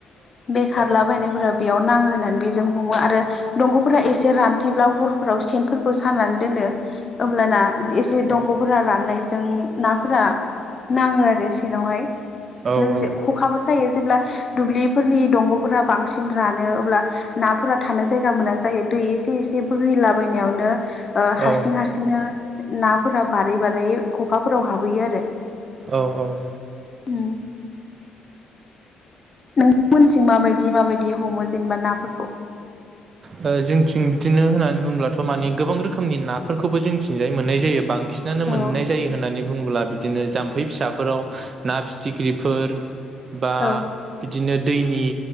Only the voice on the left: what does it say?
बेखारलाबायनायफोरा बेयाव नाङो होननानै बेजों हमो आरो दंग'फोरा एसे रानथेब्लाव हर फोराव सेन फोरखौ सानानै दोनो होमब्लाना एसे दंग'फोरा राननायजों नाफोरा नाङो आरो सेनावहाय।
लोगोसे खखाबो सायो जेब्ला दुब्लिफोरनि दंग'फोरा बांसिन रानो अब्ला नाफोरा थानो जायगा मोना जायो दै एसे एसे बोहैलाबायनायावनो ओ हारसिं
हारसिंनो नाफोरा बारै बारै खखाफोराव हाबहैयो आरो। <inaudible>
उम। नोंथां मोनथिं माबायदि माबायदि हमो जेनेबा नाफोरखौ।
औ
औ